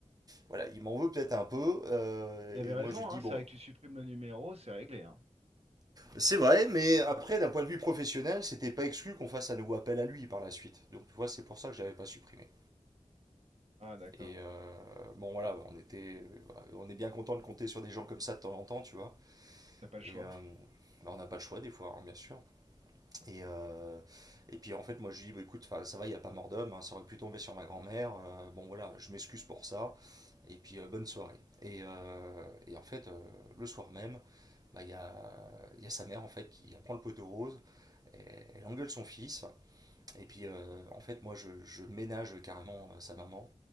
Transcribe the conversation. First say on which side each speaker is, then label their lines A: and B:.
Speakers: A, on the right (about 30°); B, on the right (about 50°).
A: voilà, il m'en veut peut-être un peu. euh,
B: Il avait
A: et
B: raison,
A: moi, je lui
B: hein,
A: dis,
B: c'est
A: bon,
B: vrai que tu supprimes le numéro, c'est réglé, hein.
A: c'est vrai, mais après, d'un point de vue professionnel, c'était pas exclu qu'on fasse un nouveau appel à lui par la suite. Donc, tu vois, c'est pour ça que j'avais pas supprimé.
B: Ah d'accord,
A: Et euh, bon, voilà, on était, on est bien content de compter sur des gens comme ça de temps en temps, tu vois.
B: t'as pas le choix.
A: Et euh, bah, on n'a pas le choix des fois, hein, bien sûr. Et, euh, et puis en fait, moi, je lui dis, bah, écoute, 'fin, ça va, il n'y a pas mort d'homme, hein, ça aurait pu tomber sur ma grand-mère. euh, bon, voilà, je m'excuse pour ça. Et puis, euh, bonne soirée. Et, euh, et en fait, euh, le soir même, bah, il y, a, y a sa mère en fait qui prend le poteau rose, et, elle engueule son fils, et puis euh, en fait moi je, je ménage carrément euh, sa maman,